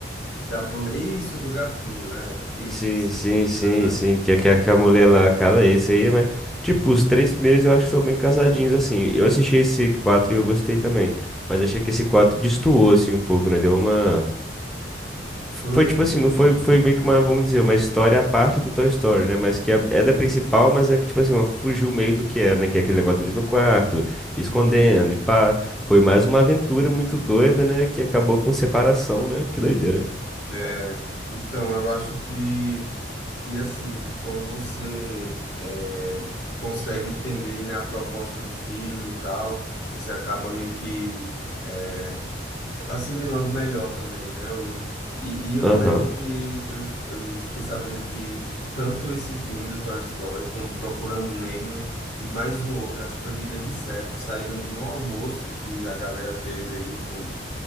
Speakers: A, on the left (about 70°); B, in the centre.
A: da boneca, isso do garfinho, é. Isso,
B: Sim,
A: isso.
B: sim,
A: aí.
B: sim,
A: Uhum.
B: sim, que, é que, que a mulher lá, cara, esse aí, mas, tipo, os três primeiros eu acho que são bem casadinhos, assim, eu assisti esse quatro e eu gostei também, mas achei que esse quatro destoou, assim, um pouco, né, deu uma,
A: Oi.
B: foi tipo assim, não foi, foi meio que uma, vamos dizer, uma história à parte do Toy Story, né, mas que é, é da principal, mas é que, tipo assim, uma, fugiu meio do que era, né, que é aquele negócio deles no quarto, escondendo, e pá, foi mais uma aventura muito doida, né, que acabou com separação, né, que doideira.
A: É, então eu acho que que assim, quando você é, consegue entender, né, a proposta do filme e tal, você acaba meio que é, assimilando melhor também, né? O, e, e eu
B: Aham.
A: lembro que eu, eu fiquei sabendo que tanto esse filme do Toy Story, quanto Procurando Nemo e e mais um outro, acho que foi Vida de Inseto, saíram de um almoço que a galera teve aí com,